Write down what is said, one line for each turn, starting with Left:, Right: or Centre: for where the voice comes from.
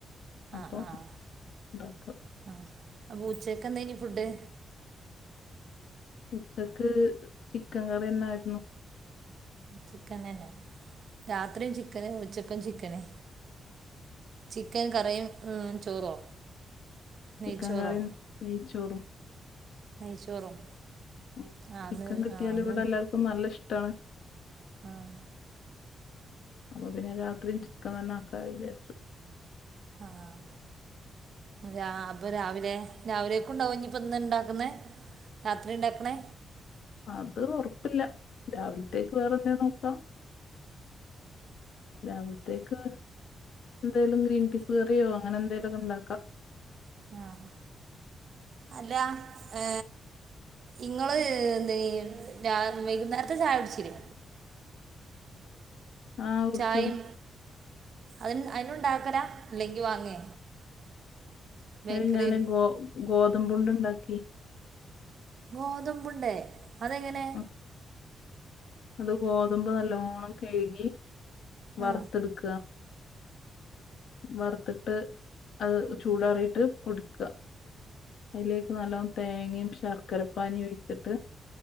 Left: അപ്പം
Right: ആഹ് ആഹ്
Left: ഉണ്ടാക്കുക
Right: ആഹ് അപ്പ ഉച്ചക്കെന്തേനി ഫുഡ്?
Left: ഉച്ചക്ക് ചിക്കൻ കറി എന്നായിരുന്നു.
Right: ചിക്കൻ തന്നെ രാത്രിയും ചിക്കന് ഉച്ചക്കും ചിക്കന് ചിക്കൻ കറിയും ഉം ചോറോ
Left: ചിക്കൻ
Right: നെയ്ച്ചോറോ
Left: കറിയും നെയിച്ചോറും
Right: നെയ്ച്ചോറും
Left: ഉം
Right: ആ
Left: ചിക്കൻ
Right: അന്ന്
Left: കിട്ടിയാല്
Right: ആ അന്ന്
Left: ഇവിടെല്ലാർക്കും നല്ലഷ്ടാണ്
Right: ആഹ്
Left: അപ്പൊ പിന്നെ രാത്രിം ചികം തന്നെ ആക്കാ വിചാരിച്ചു
Right: ആഹ് രാ അപ്പൊ രാവിലെ രാവിലെയ്ക്ക്ണ്ടാവോ ഞ്ഞ്പ്പോ ഇന്ന്ണ്ടാക്ക്ന്നേ രാത്രി ണ്ടാക്ക്ണേ
Left: അത് ഒർപ്പില്ല രാവിൽത്തേക്ക് വേറെന്തേ നോക്കാ രാവിൽത്തെ ക്കാ ന്തേലും ഗ്രീൻ പീസ് കറിയോ അങ്ങനെന്തേലു ഒക്കെ ഇണ്ടാക്കാ
Right: ആഹ് അല്ല ഏ ഇങ്ങള് എന്തേന് രാ വൈകുന്നേരത്തെ ചായ കുട്ച്ചീല്ലെ
Left: ആ കുടിച്ചു
Right: ചായും അതിന് അയ്നുണ്ടാക്കലാ അല്ലെങ്കി വാങ്ങേ ബേക്കറി
Left: അത് ഞാന് ഗോ ഗോതമ്പുണ്ട ണ്ടാക്കി
Right: ഗോതമ്പുണ്ടേ അതെങ്ങനെ
Left: ഉം. അത് ഗോതമ്പ് നല്ലണ്ണം കഴുകി വർത്തെട്ക്ക
Right: ആ
Left: വർത്തിട്ട് അത് ചൂടാറിയിട്ട് പൊടി ക്ക അയിലേക്ക് നലോം തേങ്ങേം ശർക്കരപ്പാനിം ഒഴിച്ചിട്ട്